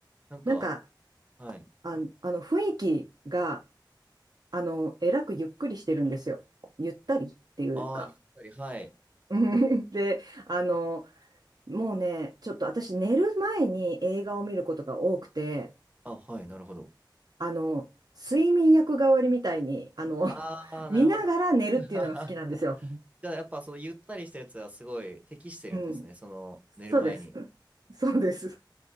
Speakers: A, on the right (about 15°); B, on the right (about 55°).
A: なんか、
B: なんか、
A: はい
B: あの、あの雰囲気が、あの、えらくゆっくりしてるんですよ。ゆったりっていうか。
A: ああ、ゆったり、はい。
B: <laughs> で、あの、もうね、ちょっと私寝る前に映画を見ることが多くて、
A: あ、はい、なるほど。
B: あの、睡眠薬代わりみたいに、あの、
A: ああ、
B: <laughs>
A: なるほど、
B: 見ながら寝るっていうのが好きなんですよ。
A: なるほど。<laughs> じゃあ、やっぱそのゆったりしたやつはすごい適してるんですね。
B: うん。
A: その寝る前に。
B: そうです。<laughs> そうです。